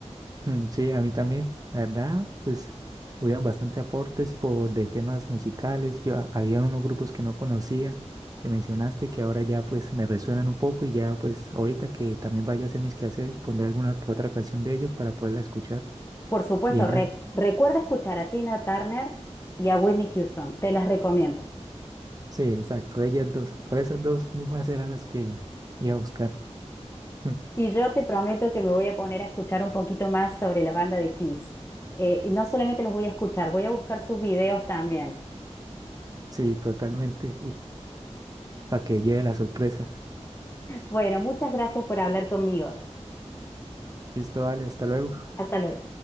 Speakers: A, on the right (about 30°); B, on the left (about 20°).
A: Mm, Sí, a mí también, la verdad, pues hubieron bastante aportes por de temas musicales. Yo había unos grupos que no conocía, que mencionaste, que ahora ya pues me resuenan un poco y ya pues ahorita que también vaya a hacer mis quehaceres, pondré alguna que otra canción de ellos para poderla escuchar
B: Por supuesto,
A: y demás.
B: re- recuerda escuchar a Tina Turner y a Whitney Houston. Te las recomiendo.
A: Sí, exacto, ellas dos. Por esas dos mismas eran las que iba a buscar. <laughs>
B: Y yo te prometo que me voy a poner a escuchar un poquito más sobre la banda de Kiss. Eh, y no solamente los voy a escuchar, voy a buscar sus videos también.
A: Sí, totalmente. Para <laughs> que lleve la sorpresa.
B: Bueno, muchas gracias por hablar conmigo.
A: Listo, vale, hasta luego.
B: Hasta luego.